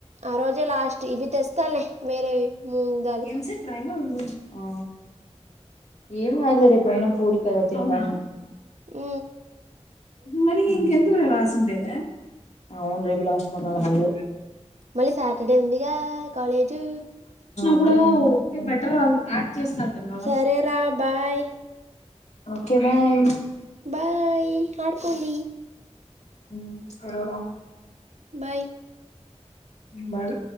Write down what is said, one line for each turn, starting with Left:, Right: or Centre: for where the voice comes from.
Right: ఆ రోజే లాస్ట్ ఇవి తెస్తాలే వేరేవి మూంగ్ దాల్
Left: ఎంసెట్రాయి ఆ ఏం కాదులే రేపు ఏమైనా పూరి పాడు తిన్దం
Right: ఉ
Left: మరీ ఇంక ఎందుకు రా రాశుండేదే అవును రేపు లాస్ట్ మొన్నాడు హాలిడే
Right: మళ్ళీ సాటర్డే ఉందిగా కాలేజు
Left: ఇప్పుడు బెటర్ యాక్ట్ చేస్తారు కదా
Right: సరేరా బాయ్
Left: ఓకే బాయ్
Right: బాయ్ ఆడ్కోండీ
Left: ఉమ్ సరే రా
Right: బాయ్
Left: బాయ్